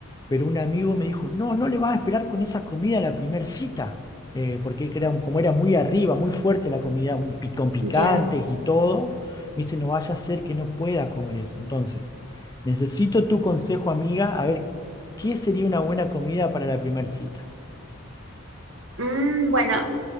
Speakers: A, on the left; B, on the right.
A: pero un amigo me dijo, no, no le vas a esperar con esa comida a la primer cita, eh, porque era, un- como era muy arriba, muy fuerte la comida, un, pi- con picantes
B: ya.
A: y todo, me dice, no vaya a ser que no pueda comer eso. Entonces, necesito tu consejo, amiga, a ver, ¿qué sería una buena comida para la primer cita?
B: Mm, bueno,